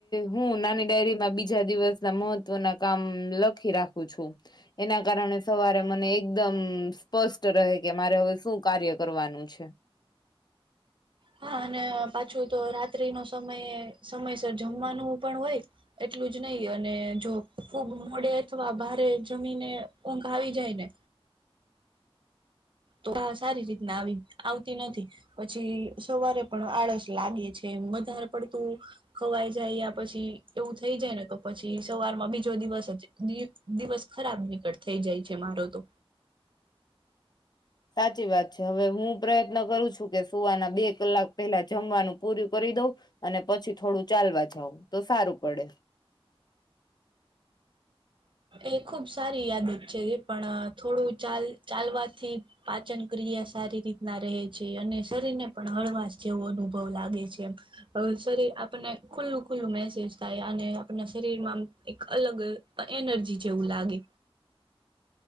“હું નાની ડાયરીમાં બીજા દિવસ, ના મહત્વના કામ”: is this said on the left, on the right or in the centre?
Left